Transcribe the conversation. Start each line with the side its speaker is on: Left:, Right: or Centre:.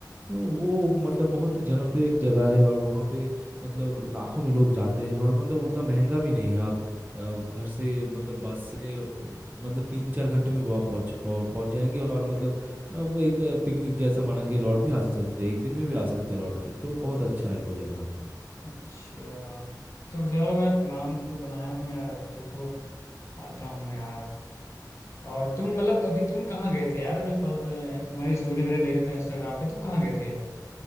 Right: तो वो मतलब बहुत ही जनप्रिय एक जगह है और वहाँ पे मतलब लाखों में लोग जाते हैं और मतलब उतना महंगा भी नहीं है आप अ, घर से मतलब बस से मतलब तीन चार घंटे में वहाँ पहुँच पहुँ- पहुँच जाएंगे और मतलब अ, वो एक पिकनिक जैसा मना के लौट भी आ सकते हैं एक दिन में भी आ सकते हैं लौट के तो बहुत अच्छा है वो जगह
Left: अच्छा तो चलो मैं प्लान तो बनाया हूँ यार अब देखो आता हूँ यार और तुम मतलब अभी तुम कहाँ गए थे यार अभी प- अ, तुम्हारी स्टोरी वगैरह देख रहा था इंस्टाग्राम पे तुम कहाँ गए थे